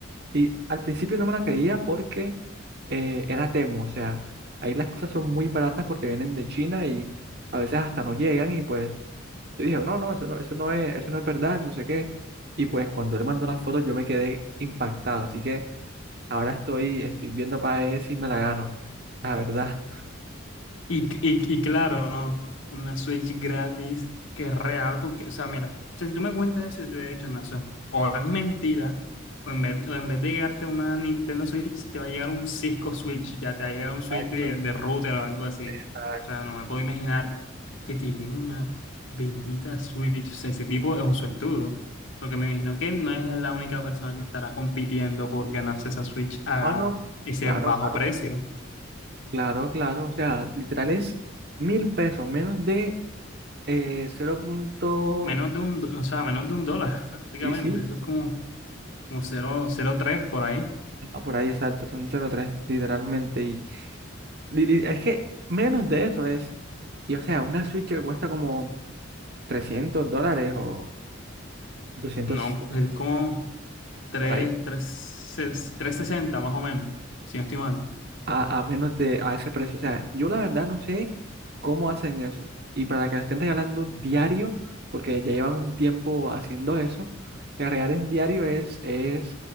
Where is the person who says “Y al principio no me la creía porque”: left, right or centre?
Right